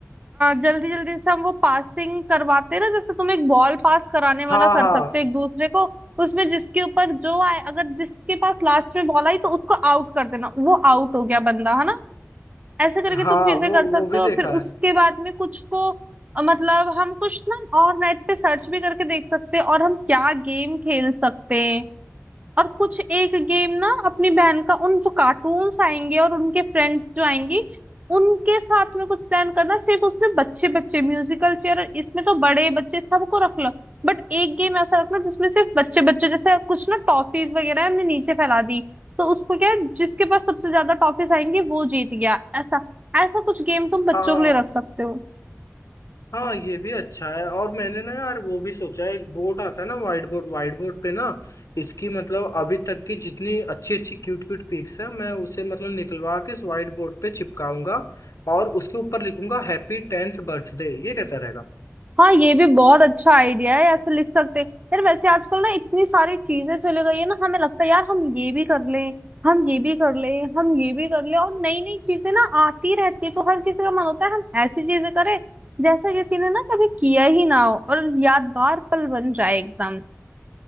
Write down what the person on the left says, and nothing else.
हाँ
हाँ
हाँ
वो
वो भी
देखा
है
हाँ
हाँ ये भी अच्छा है और मैंने ना यार वो भी सोचा है एक बोर्ड आता है ना व्हाइट बोर्ड व्हाइट बोर्ड पे ना इसकी मतलब अभी तक की जितनी अच्छी अच्छी क्यूट क्यूट पिक्स हैं मैं उसे मतलब निकलवा के इस व्हाइट बोर्ड पे चिपकाऊंगा और उसके ऊपर लिखूंगा हैप्पी टेंथ बर्थडे ये कैसा रहेगा